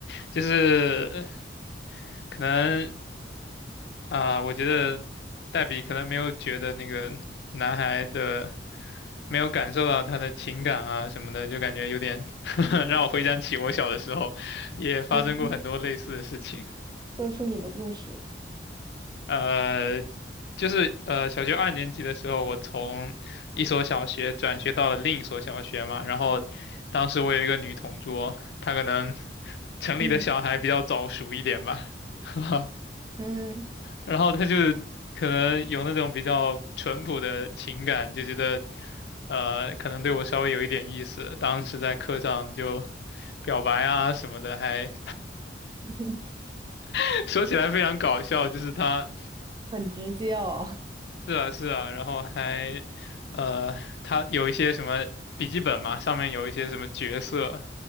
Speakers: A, on the left (about 65°); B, on the right (about 25°).
A: 就是呃可能啊、我觉得黛比可能没有觉得那个男孩的，没有感受到他的情感啊什么的，就感觉有点 <laughs> 让我回想起我小的时候也发生过很多类似的事情。
B: 嗯 <laughs> 说出你的故事，
A: 呃，就是呃，小学二年级的时候，我从一所小学转学到了另一所小学嘛。然后当时我有一个女同桌，她可能 <laughs> 城里的小孩比较早熟一点吧，
B: 嗯
A: <laughs>
B: 嗯，
A: 然后她就是可能有那种比较淳朴的情感，就觉得呃，可能对我稍微有一点意思。当时在课上就表白啊什么的，还
B: <laughs>
A: <laughs> 说起来非常搞笑，就是她。
B: 很直接哦，
A: 是啊，是啊，然后还，呃，他有一些什么笔记本嘛，上面有一些什么角色，